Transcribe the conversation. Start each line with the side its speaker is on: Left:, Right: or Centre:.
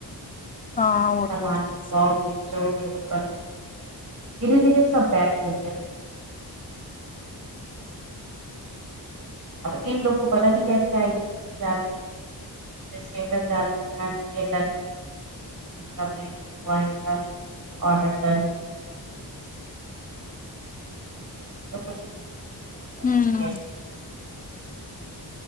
Left: ہاں وہ
Right: سامان
Left: تو ہے
Right: مکاؤ بھی کر دھیرے دھیرے سب بیک ہو ہے اب ان لوگ کو پتا نہیں کیسے آئے گی اسز <inaudible> تمہارے ساتھ آڈر کرو <unintelligible> اس
Left: ہوں
Right: طرح کی آئی ڈی پڑی۔